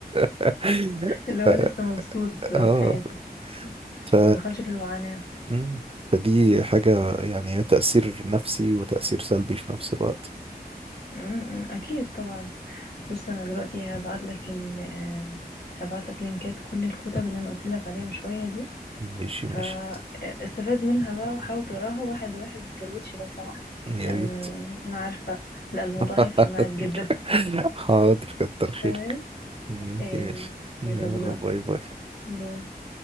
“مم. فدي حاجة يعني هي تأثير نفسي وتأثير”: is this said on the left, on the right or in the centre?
Right